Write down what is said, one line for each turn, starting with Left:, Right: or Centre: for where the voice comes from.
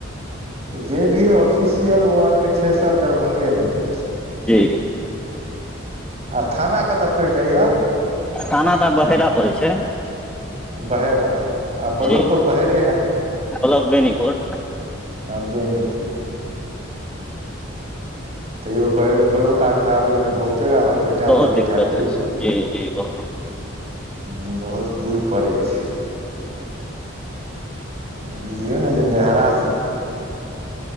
Right: तऽ जे भी ऑफिसियल वर्क छै सब दरभंगे मे होइ छै
Centre: जी
Right: आ थाना कतय पड़ि जाइया
Centre: थाना तऽ बहेरा पड़ै छै
Right: बहेरा आ ब्लॉको
Centre: जी
Right: बहेरे हायत
Centre: ब्लॉक बेनीपुर
Right: ह बेनीपुर तैयो ब्लॉक आर मे आबे मे बहुते आहाँर के टाइम
Centre: बहुत
Right: लगैत
Centre: दिक्कत
Right: हयत
Centre: होइ
Right: यो
Centre: छै जी जी ब
Right: ह बहुत दूर पड़ै छै बुझियौ ने जे नेहरा सँ